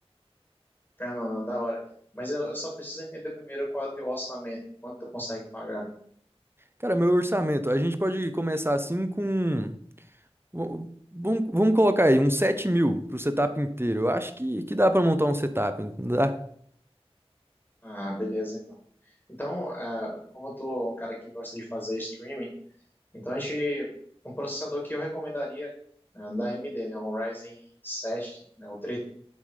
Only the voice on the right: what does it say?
Cara, meu orçamento, a gente pode começar assim com. v- Vamos, vamos colocar aí uns sete mil pro setup inteiro. Eu acho que, que dá pra montar um setup, não dá?